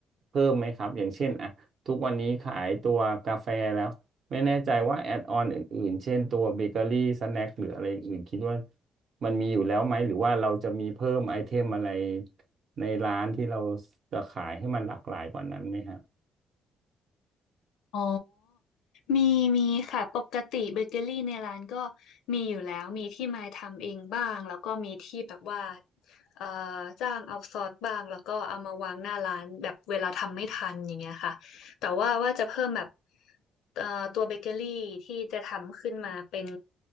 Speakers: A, on the right; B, on the left.
A: เพิ่มไหมครับอย่างเช่นอ่ะทุกวันนี้ขายตัวกาแฟแล้วไม่แน่ใจว่าแอดออนอื่นๆเช่นตัวเบเกอรี่สแน็คหรืออะไรอื่นคิดว่า มันมีอยู่แล้วไหมหรือว่าเราจะมีเพิ่มไอเทมอะไรในร้านที่เราจะขายให้มันหลากหลายกว่านั้นไหมฮะ
B: อ๋อมีมีค่ะปกติเบเกอรี่ในร้านก็มีอยู่แล้วมีที่ไม้ทำเองบ้างแล้วก็มีที่แบบว่าเอ่อจ้างเอาซอสบ้างแล้วก็เอามาวางหน้าร้านแบบเวลาทำไม่ทันอย่างเงี้ยค่ะแต่ว่าว่าจะเพิ่มแบบเอ่อตัวเบเกอรี่ที่จะทำขึ้นมาเป็น